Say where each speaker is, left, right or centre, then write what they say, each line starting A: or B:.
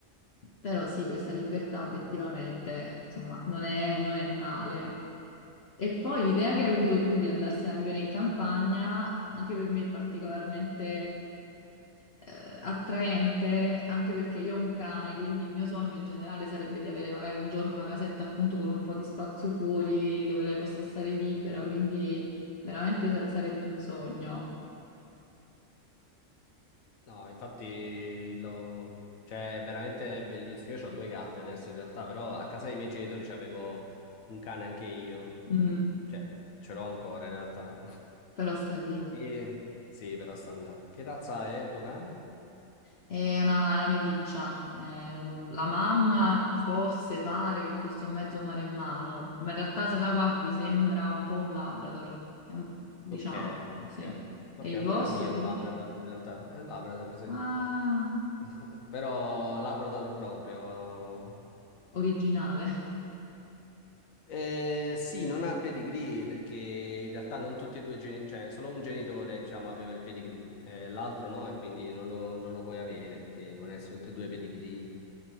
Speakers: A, on the left; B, on the left.
A: però sì, questa libertà obiettivamente, insomma, non è non è male. E poi l'idea che hai avuto tu di andarsene a vivere in campagna, anche per me è particolarmente eh, attraente, anche perché io ho un cane, quindi il mio sogno in generale sarebbe di avere magari un giorno una casetta appunto con un po' di spazio fuori dove lei possa stare libera, quindi veramente sa- sarebbe un sogno,
B: No, infatti lo- cioè, è veramente bellissimo. Io ho due gatti adesso in realtà, però a casa dei miei genitori c'avevo un cane anche io.
A: Mm,
B: Cioè, ce l'ho ancora in realtà. <laughs>
A: però sta lì.
B: E... Sì, però sta là. Che razza è il tuo cane?
A: È una, è una meticcia. È un- la mamma forse pare che fosse un mezzo maremmano, ma in realtà se la guardi sembra un po' un Labrador, È un- diciamo,
B: Ok, ok.
A: sì. E
B: Ok,
A: il vostro
B: pure la mia
A: invece?
B: è un Labrador in realtà. È un Labrador, sì.
A: Ah,
B: <laughs> Però Labrador proprio.
A: originale. <laughs>
B: Eh, sì, non ha il pedigree perché in realtà non tutti e due i genitori, cioè solo un genitore, diciamo, aveva il pedigree, eh, l'altro no, e quindi non lo, non lo puoi avere perché devono essere tutti e due pedigree.